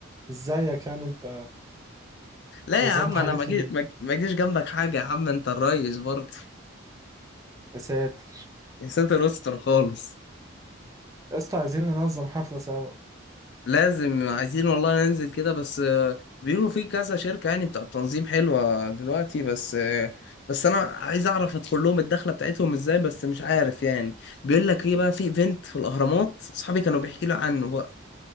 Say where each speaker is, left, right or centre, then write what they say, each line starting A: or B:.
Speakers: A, on the right; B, on the left.
A: زيك يعني انت
B: لا
A: نظمت
B: يا عم
A: حاجات
B: انا ما اجي-
A: كبيرة
B: ما اجي- ما اجيش جنبك حاجه يا عم انت الريس برضه
A: يا ساتر
B: يا ساتر استر خالص
A: يا اسطى عايزين ننظم حفلة سوا
B: لازم عايزين والله ننزل كده بس آه، بيقولوا في كذا شركه يعني بتاع التنظيم حلوه دلوقتي بس آه، بس انا عايز اعرف ادخل لهم الدخله بتاعتهم ازاي بس مش عارف يعني بيقول لك ايه بقى في ايفنت في الاهرامات اصحابي كانوا بيحكي لي عنه بقى